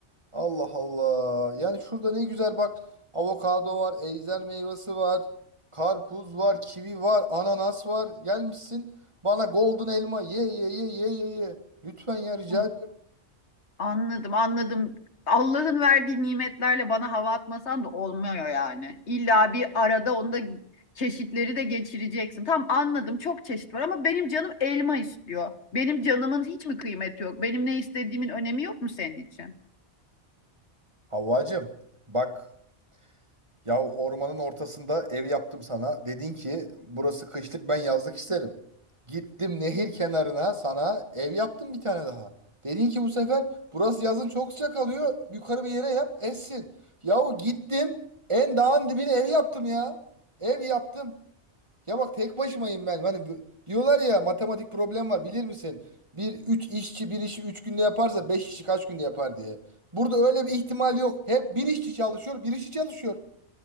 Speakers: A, on the right; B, on the left.
A: Allah Allah. Yani şurada ne güzel bak. Avokado var, ejder meyvesi var, karpuz var, kivi var, ananas var. Gelmişsin bana golden elma ye ye ye ye ye ye. Lütfen ya rica
B: Ay,
A: ediyorum.
B: Anladım, anladım. Allah'ın verdiği nimetlerle bana hava atmasan da olmuyor yani. İlla bir arada onda çeşitleri de geçireceksin. Tamam anladım, çok çeşit var ama benim canım elma istiyor. Benim canımın hiç mi kıymeti yok? Benim ne istediğimin önemi yok mu senin için?
A: Havvacım bak Ya ormanın ortasında ev yaptım sana. Dedin ki burası kışlık ben yazlık isterim. Gittim nehir kenarına sana ev yaptım bir tane daha. Dedin ki bu sefer burası yazın çok sıcak alıyor. Yukarı bir yere yap essin. Yahu gittim en dağın dibine ev yaptım ya. Ev yaptım. Ya bak tek başımayım ben. Hani bu- diyorlar ya matematik problem var bilir misin? Bir üç işçi bir işi üç günde yaparsa beş işçi kaç günde yapar diye. Burada öyle bir ihtimal yok. Hep bir işçi çalışıyor, bir işçi çalışıyor.